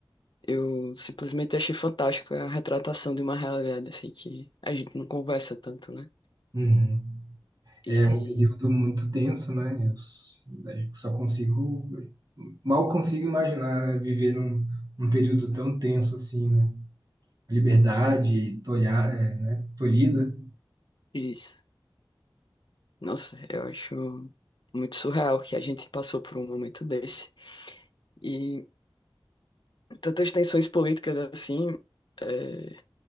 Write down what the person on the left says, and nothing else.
eu simplesmente achei fantástico a retratação de uma realidade, assim, que a gente não conversa tanto, né?
E aí,
isso. Nossa, eu acho muito surreal que a gente passou por um momento desse. E tantas tensões políticas, assim, é,